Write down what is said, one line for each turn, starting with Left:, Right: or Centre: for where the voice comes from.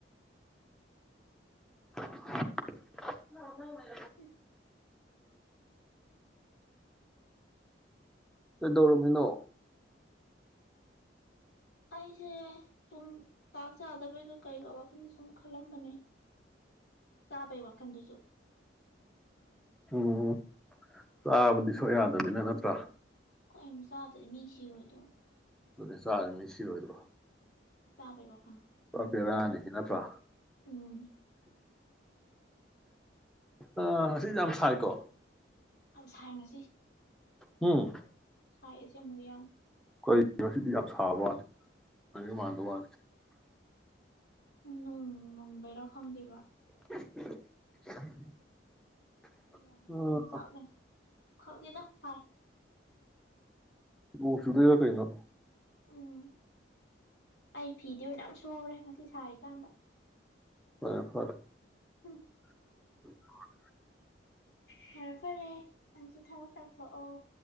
Centre: <inaudible>
Left: ꯎ
Centre: ꯑꯗꯔꯃꯤꯅꯣ
Left: ꯑꯩꯁꯦ ꯇꯨꯡ ꯇꯥꯔ ꯆ ꯑꯗ ꯄꯩꯗ ꯀꯩꯀ ꯋꯥꯈꯜꯗ ꯁꯨꯝ ꯈꯜꯂꯝꯕꯅꯦ ꯆꯥꯕꯩ ꯋꯥꯈꯟꯗꯨꯁꯨ
Centre: ꯎꯝ ꯆꯥꯕꯗꯤ ꯁꯣꯛ ꯌꯥꯗꯅꯤꯅ ꯅꯠꯇ꯭ꯔꯥ
Left: ꯀꯣꯏꯅꯅꯨꯡ ꯁꯥ ꯑꯗ ꯃꯤ ꯁꯤꯔꯣꯏꯗ꯭ꯔꯣ
Centre: ꯑꯗꯨ ꯆꯥꯔꯅꯤ ꯁꯤꯔꯣꯏꯗ꯭ꯔꯣ
Left: ꯆ ꯄꯕ
Centre: ꯄꯦꯔꯥꯅꯤ ꯅꯄ꯭ꯔꯥ
Left: ꯎꯝ
Centre: ꯑꯥ ꯁꯤ ꯌꯥꯝ ꯁꯥꯏ ꯀꯣ
Left: ꯌꯥꯝ ꯁꯥꯡꯉꯁꯤ
Centre: ꯎꯝ
Left: ꯁꯥꯏꯁꯦ ꯃꯨ ꯌꯥꯝ
Centre: ꯑꯩꯈꯣꯏ ꯉꯗꯤ ꯌꯥꯝ ꯁꯥꯕ ꯋꯥꯅꯤ ꯃꯥ ꯃꯥꯟꯗ ꯋꯥꯅꯤ
Left: ꯎꯝ ꯃꯪꯕꯩꯔ ꯈꯪꯗꯦꯕ
Centre: <inaudible>
Left: ꯌꯥꯝ
Centre: ꯎꯝ
Left: ꯎꯝꯆꯥꯛꯅ ꯈꯪꯗꯦꯗ ꯁꯥꯏ
Centre: ꯃꯁꯨꯨꯗ ꯀꯩꯅꯩꯅꯣ
Left: ꯎꯝ ꯑꯩ ꯐꯤꯗꯤꯅ ꯁꯥꯎꯔꯦ ꯉꯁꯤ ꯁꯥꯔꯤꯀꯥꯟꯗ
Centre: ꯋꯥ ꯐꯔ
Left: ꯍ
Centre: <unintelligible>
Left: ꯐꯔꯦ ꯐꯔꯦ ꯑꯪꯁꯨ ꯊꯕꯛ ꯇꯧꯊꯣꯛꯑꯣ